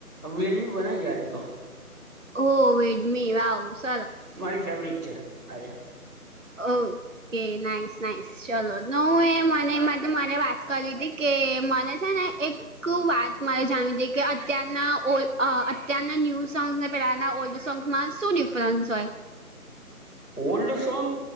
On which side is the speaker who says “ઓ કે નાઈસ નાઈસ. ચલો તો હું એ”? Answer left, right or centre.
Right